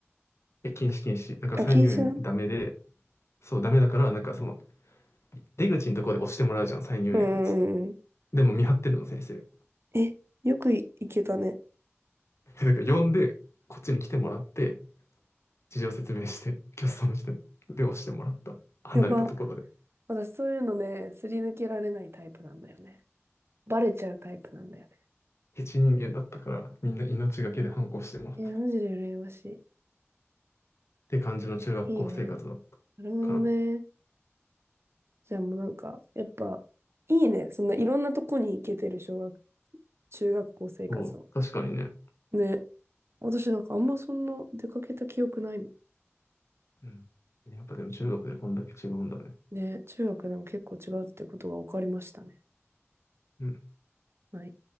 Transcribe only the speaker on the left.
え、禁止禁止。だから再入園ダメで、
そう、ダメだから、なんかその、出口のところで押してもらうじゃん、再入園のやつって。
でも見張ってるの、先生。
でなんか呼んで、こっちに来てもらって、事情説明して、キャストの人に。で、押してもらった。離れたところで。
ヘチ人間だったから、みんな命がけで反抗してもらった。
っ
て感じの中学校生活だっ
たかな。
そう、確かにね。
うん。やっぱでも中学でこんだけ違うんだね。
うん